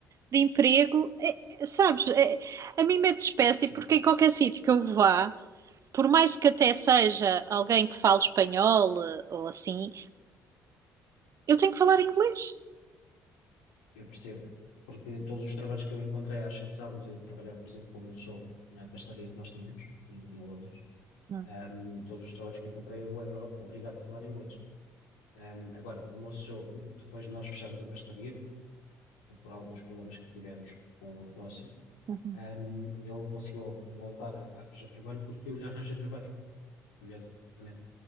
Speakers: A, on the right (about 45°); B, on the left (about 75°).
A: de emprego? É- é- sabes, é- a mim mete espécie
B: sim,
A: porque em qualquer sítio que eu vá, por mais que até seja alguém que fale espanhol eh, ou assim, eu tenho que falar inglês.
B: eu percebo. Porque todos os trabalhos que eu encontrei, à exceção de trabalhar, por exemplo, com o meu sogro na pastelaria que nós tínhamos, em, em Londres,
A: Hum,
B: ahm, todos os trabalhos que encontrei eu era obrigado a falar inglês. Ahm, agora, o meu sogro, depois de nós fecharmos a pastelaria, por alguns problemas que tivemos com o negócio,
A: uhum.
B: ahm, ele conseguiu voltar a, a arranjar trabalho porque eu lhe arranjei trabalho, curiosamente.